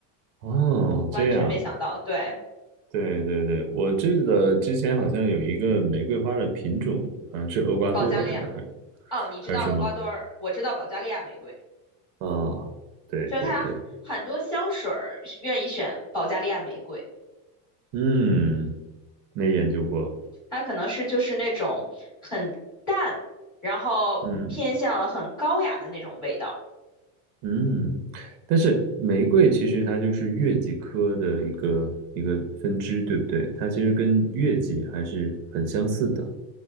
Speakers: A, on the right (about 50°); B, on the left (about 25°).
A: 哦，
B: 完全没想到，
A: 这样，
B: 对。
A: 对对对，我记得之前好像有一个玫瑰花的品种，好像是厄瓜多尔的，
B: 保加利亚，
A: 还是
B: 哦，你知道厄瓜多尔，
A: 还是什么？
B: 我知道保加利亚玫瑰，
A: 啊，对对对，
B: 就是它很多香水儿愿意选保加利亚玫瑰，
A: 嗯，没研究过，
B: 它可能是就是那种很淡，然后偏向很高雅的那种味道。
A: 嗯。嗯，但是玫瑰其实它就是月季科的一个一个分支，对不对？它其实跟月季还是很相似的，